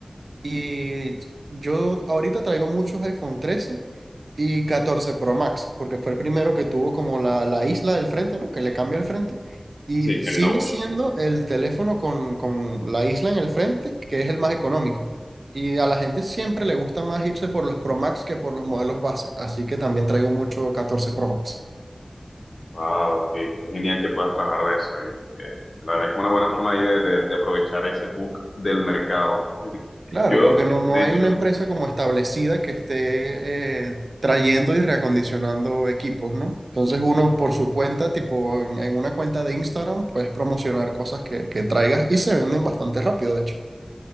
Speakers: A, on the right; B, on the left.
A: y yo ahorita traigo muchos iPhone 13 y catorce Pro Max, porque fue el primero que tuvo como la, la isla del frente, ¿no? Que le cambia el frente. Y
B: sí,
A: sigue
B: el Notch.
A: siendo el teléfono con, con la isla en el frente, que es el más económico. Y a la gente siempre le gusta más irse por los Pro Max que por los modelos base. Así que también traigo mucho catorce Pro Max.
B: Wow, qué, qué genial que puedas trabajar de eso. eh. Eh, la verdad que es una buena forma ahí de, de- de aprovechar ese bug del mercado. <laughs>
A: Claro,
B: Yo,
A: porque no, no
B: de hecho,
A: hay una empresa como establecida que esté eh, trayendo y reacondicionando equipos, ¿no? Entonces uno por su cuenta, tipo en, en una cuenta de Instagram, puedes promocionar cosas que, que traigas y se venden bastante rápido, de hecho.